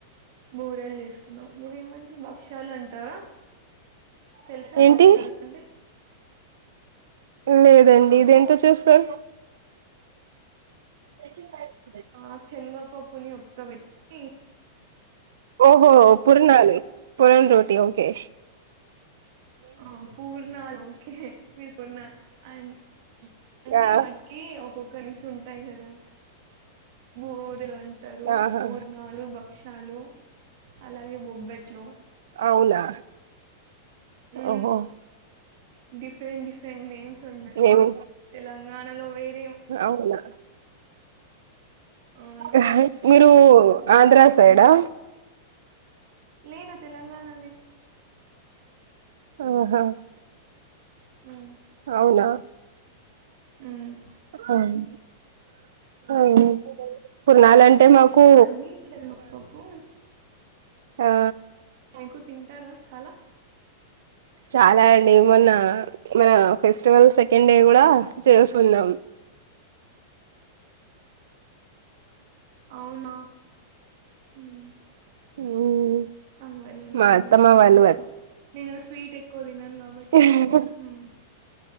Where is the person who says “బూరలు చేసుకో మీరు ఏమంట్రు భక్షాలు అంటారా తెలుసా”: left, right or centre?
Right